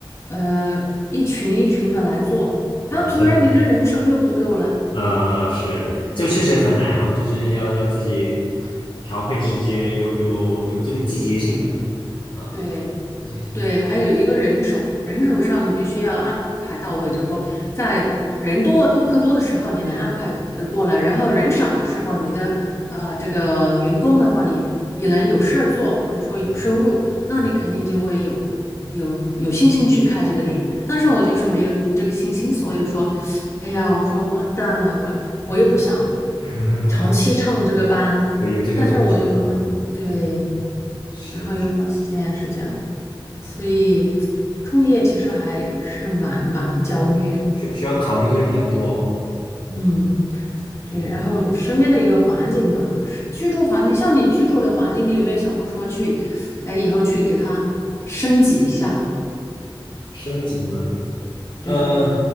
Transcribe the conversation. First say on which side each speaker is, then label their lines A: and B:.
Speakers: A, on the left; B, on the left.
A: 呃，一群一群的来做。
B: 那怎么办？
A: 然后突然你的人手又不够了，
B: 呃，是，这个确实很难哈，
A: 对，
B: 就是要要自己调配时间，有有有这个季节性的，啊，
A: 对，
B: 季节性的，
A: 对，还有一个人手，人手上你必须要安排到位，就是说在人多、顾客多的时候，你能安排的过来，然后人少的时候，你的呃这个员工的话也也能有事儿做，或者说有收入，
B: 嗯嗯，
A: 那你肯定就会有有有信心去开这个店。但是我就是没有这个信心，所以说，哎呀，
B: <laughs>
A: 我说完蛋了，我我又不想
B: 嗯
A: 长期唱这个班，
B: 对，有这个风险啊，
A: 但是我又不想，对，
B: 嗯，是，
A: 然后又发现是这样。
B: 是嗯，
A: 所以创业其实还是蛮蛮焦虑的，
B: 需要需要考虑的东西比较多哦，嗯
A: 嗯，对。
B: 嗯，
A: 然后身边的一个环境吧，是居住环境，像你居住的环境，你有没有想过说去，哎，以后去给它升级一下？
B: 升级嘛，
A: 对呀，
B: 呃，